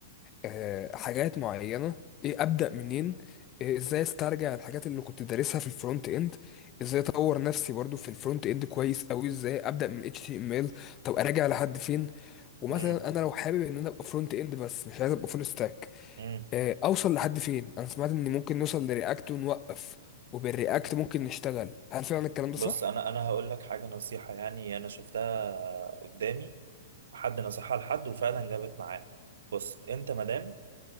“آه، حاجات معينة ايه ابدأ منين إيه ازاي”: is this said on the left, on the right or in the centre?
Left